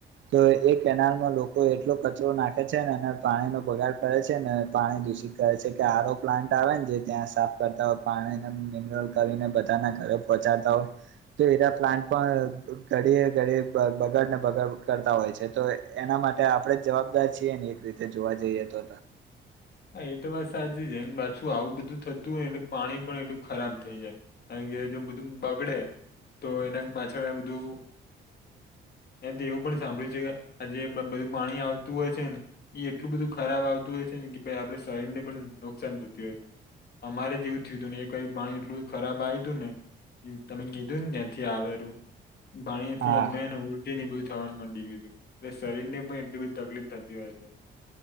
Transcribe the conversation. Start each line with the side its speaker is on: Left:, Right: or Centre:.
Right: તો એ કેનાલમાં લોકો એટલો કચરો નાખે છે ને અને પાણીનો બગાડ કરે છે ને પાણી દૂષિત કરે છે આરો પ્લાન્ટ આવે ને જે ત્યાં સાફ કરતા હોય પાણીને મિનરલ કરીને બધાના ઘરે પહોંચાડતા હોય તો એના પ્લાન્ટ પણ ઘડીએ ને ઘડીએ બગાડને બગાડ કરતા હોય છે તો એના માટે આપડે જ જવાબદાર છીએ ને એક રીતે જોવા જઈએ તો
Left: હા એ તો વાત સાચી છે પાછું આવું બધું થતું હોય એટલે પાણી પણ એટલું ખરાબ થઈ જાય બધું બગડે તો એના પાછળ આ બધું એ તો એવું પણ સાંભળ્યું છે કે આ જે બધું પાણી આવતું હોય છે ને એ એટલું બધું ખરાબ આવતું હોય છે ને આપડે શરીર ને પણ નુકસાન થતી હોય છે અમારે જ એવું થયું હતું ને એક વાર પાણી એટલું ખરાબ આવ્યું હતું ને તમે કીધું ને ત્યાંથી આવેલું પાણીથી
Right: હા
Left: અમને ઉલટી ને એવું બધુય થવા મંડી ગયું હતું એટલે શરીર ની પણ એટલી બધી તકલીફ થતી હોય છે